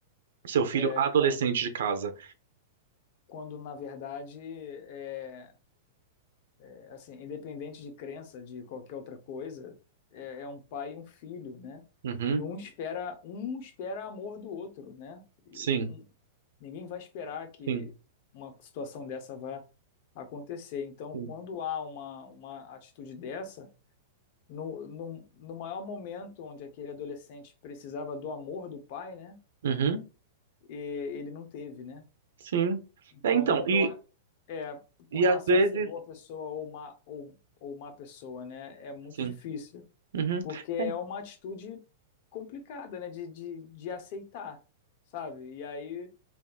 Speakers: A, on the right; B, on the left.
A: seu filho
B: É,
A: adolescente
B: quan-
A: de casa.
B: quando, na verdade, é, é, assim, independente de crença, de qualquer outra coisa, é, é um pai e um filho, né?
A: Uhum,
B: E um espera, um espera amor do outro, né? E
A: sim.
B: um- ninguém vai esperar que
A: Sim.
B: uma situação dessa vá acontecer. Então,
A: Sim.
B: quando há uma, uma atitude dessa no, no, no maior momento onde aquele adolescente precisava do amor do pai, né?
A: Uhum,
B: E ele não teve, né?
A: sim.
B: Então,
A: É, então, e,
B: eu, a- é, com
A: e
B: relação
A: às vezes,
B: a ser boa pessoa ou má, ou, ou má pessoa, né? É muito
A: sim.
B: difícil,
A: Uhum.
B: porque é
A: É,
B: uma atitude complicada, né? De, de, de aceitar, sabe? E aí,